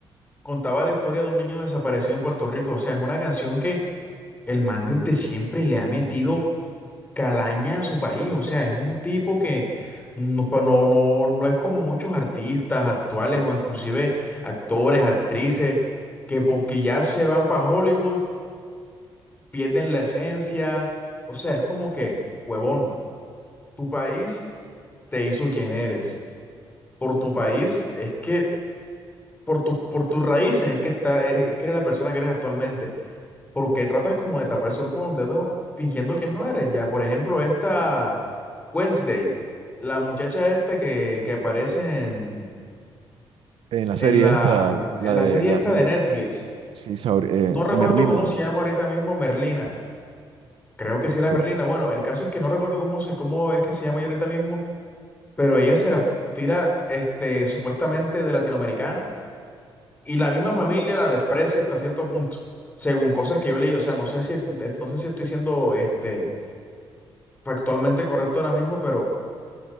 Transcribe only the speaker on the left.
contaba la historia de un niño desaparecido en Puerto Rico. O sea, es una canción que el man desde siempre le ha metido calaña a su país. O sea, es un tipo que no, pa- no, no, no es como muchos artistas actuales o inclusive actores, actrices, que porque ya se van para Hollywood, pierden la esencia. O sea, es como que, huevón, tu país te hizo quien eres. por tu país, es que por, tu, por tus raíces es que, está, eres, es que eres la persona que eres actualmente. porque tratas como de tapar el sol con un dedo fingiendo que no eres? Ya, por ejemplo, esta Wednesday, la muchacha esta que, que aparece en,
en
la,
en la
serie
esta
de Netflix.
No recuerdo
cómo se llama ahorita mismo Merlina. Creo que sí
era Merlina.
Bueno, el caso es que no recuerdo cómo, se, cómo es que se llama ella ahorita mismo, pero ella se las tira este, supuestamente de latinoamericana y la misma familia la desprecia hasta cierto punto, según cosas que yo leí. O sea, no sé si, no sé si estoy siendo este, factualmente correcto ahora mismo, pero